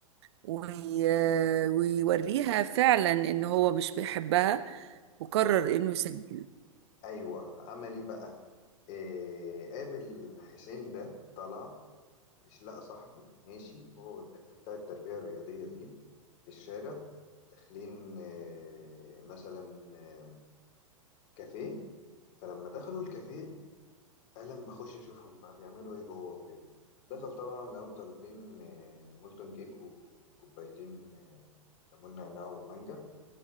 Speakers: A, on the right (about 50°); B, on the left (about 40°).
A: وي... ويوريها فعلا ان هو مش بيحبها وقرر
B: اه
A: انه يسجله
B: ايوه عمل ايه بقى إيه قابل حسين ده طلع إيش لقى صاحبه ماشي هو والبنت بتاع التربية الرياضية دي في الشارع داخلين آه، مثلا آه، كافيه فلما دخلوا الكافيه قال لما اخش اشوفهم بقى بيعملوا ايه جوه وكده دخل طبعا لقاهم طالبين آه، مولتون كيك وكوبايتين آه، ليمون نعناع ومانجا